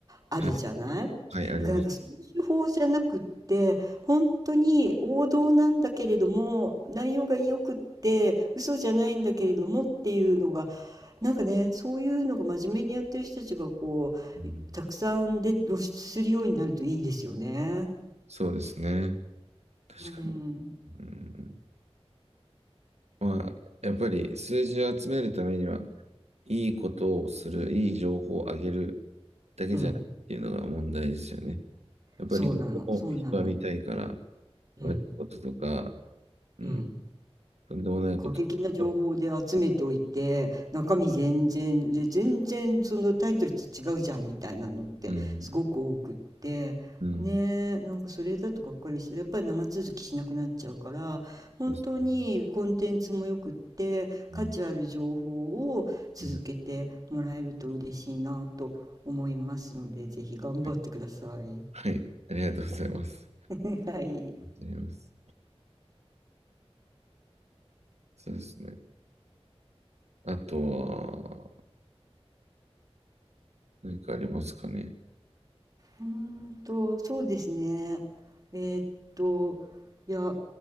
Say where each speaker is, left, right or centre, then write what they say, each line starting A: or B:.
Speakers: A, on the right; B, on the right.
A: あるじゃないだからなんかその手法じゃなくって、
B: はい、はいあります。
A: 本当に王道なんだけれども、内容が良くって、嘘じゃないんだけれどもっていうのが、なんかね、そういうのが真面目にやってる人たちがこう、
B: うん
A: たくさんで露出するようになるといいですよね。
B: そうですね。確かに。
A: うん。
B: うん、まあ、やっぱり数字を集めるためには、いいことをする、いい情報をあげるだけじゃないっていうのが問題ですよね。
A: うん。
B: やっぱり逆も人は見たいから、
A: そうなの、そうなの。うん。
B: 悪いこととか、うん、
A: うん。
B: とんでもないことすると、
A: 過激な情報で集めておいて中身全然で全然そのタイトルと違うじゃんみたいなのってすごく多くってねえなんかそれだとがっかりしてやっぱり長続きしなくなっちゃうから本当にコンテンツもよくって価値ある情報を続けてもらえると嬉しいなと思いますのでぜひ頑張ってください。
B: うん、うん、そうですねうんうんはいはい、ありがとうございます。
A: <laughs> はい
B: ありがとうございます。そうですね。あとは、何かありますかね。
A: うーんと、そうですね。えーっと、いや、